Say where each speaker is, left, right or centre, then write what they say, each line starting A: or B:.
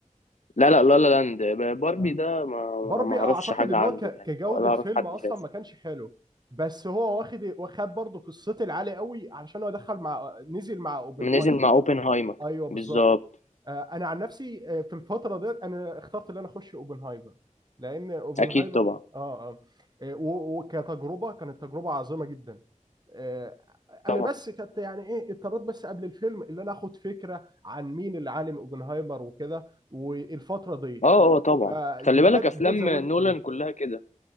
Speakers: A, on the left; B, on the right.
A: لا لا لا لا لاند باربي
B: آه.
A: ده ما
B: باربي
A: ما اعرفش
B: اعتقد
A: حاجة
B: اللي
A: عنه
B: هو ك-
A: يعني
B: كجوده
A: ولا اعرف
B: فيلم
A: حد
B: اصلا
A: شافه
B: ما كانش حلو بس هو واخد واخد برضه قصتي العالي قوي علشان هو دخل مع نزل مع اوبنهايمر
A: نزل مع اوبنهايمر
B: ايوه بالظبط
A: بالظبط
B: آه، انا عن نفسي آه، في الفتره ديت انا اخترت ان انا اخش اوبنهايمر لان اوبنهايمر
A: اكيد طبعا
B: اه اه آه، و- وكتجربه كانت تجربه عظيمه جدا آه، انا
A: طبعا
B: بس كنت يعني ايه اضطريت بس قبل الفيلم ان انا اخد فكره عن مين اللي عالم اوبنهايمر وكده والفتره دي
A: اه اه طبعا
B: فده
A: خلي بالك
B: ده
A: افلام
B: ده زودت
A: نولان
B: من الفيلم
A: كلها كده